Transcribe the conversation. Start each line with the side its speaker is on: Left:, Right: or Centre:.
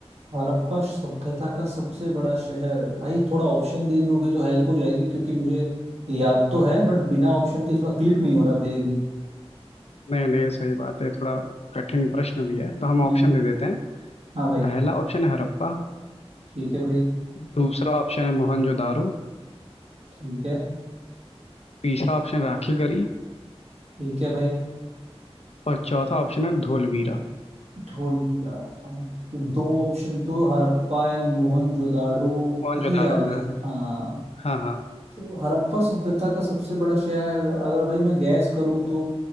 Right: हड़प्पा सभ्यता का सबसे बड़ा शहर भाई थोड़ा ऑप्शन दे दोगे तो हेल्प हो जाएगी क्योंकि मुझे याद तो है बट बिना ऑप्शन के थोड़ा क्लिक नहीं हो रहा भाई अभी
Left: नहीं नहीं सही बात है थोड़ा कठिन प्रश्न भी है तो हम
Right: हम्म
Left: ऑप्शन दे देते हैं
Right: हाँ भाई
Left: पहला ऑप्शन है हड़प्पा
Right: ठीक है भाई
Left: दूसरा ऑप्शन है मोहनजोदारो
Right: ठीक है
Left: तीसरा ऑप्शन राखीगढ़ी
Right: ठीक है भाई
Left: और चौथा ऑप्शन है धोलवीरा
Right: धोलवीरा तो दो ऑप्शन तो हड़प्पा एंड मोहनजोदाड़ो
Left: मोहनजोदारो
Right: के ही आ गए
Left: है
Right: हाँ
Left: हाँ हाँ
Right: तो हड़प्पा सभ्यता का सबसे बड़ा शहर अगर भाई मैं गैस करूँ तो